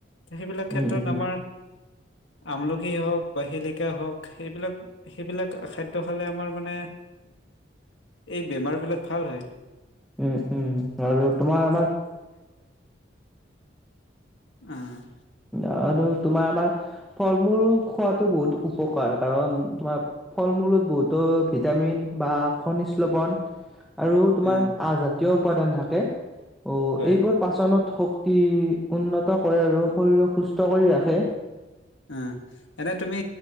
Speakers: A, on the left; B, in the centre.
A: সেইবিলাক ক্ষেত্ৰত
B: উম, উম,
A: আমাৰ। আমলখি হওক বা শিলিকা হওক এইবিলাক সেইবিলাক খাদ্য খালে আমাৰ মানে এই বেমাৰ বিলাক ভাল হয়।
B: উম উম, আৰু তোমাৰ আমাৰ
A: আহ।
B: আৰু তোমাৰ আমাৰ ফল-মূল খোৱাটো বহুত উপকাৰ। কাৰণ, তোমাৰ ফল-মূলত বহুতো ভিটামিন বা খনিজ লৱন আৰু তোমাৰ
A: উম
B: আজাদ। <unintelligible> উপাদান থাকে। অ'
A: হয়
B: এইবোৰ পাচনত হওঁক। অতি উন্নত কৰে আৰু। শৰীৰক সুস্থ কৰি ৰাখে।
A: উম, এনে তুমি